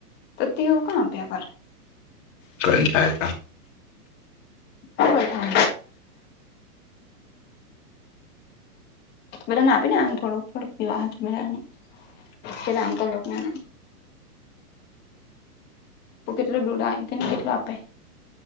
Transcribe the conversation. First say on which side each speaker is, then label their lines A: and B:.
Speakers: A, on the left (about 20°); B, on the left (about 50°).
A: તો તેવ કણ આપ્યા કરે
B: કઈ થાય ના
A: હુકોતા બધા આપીને આયો થોડુક થોડુક વિવાહ હતું મેને પેલા અંકલ લોકોને તો કેટલો દૂધ કે કેટલો આપે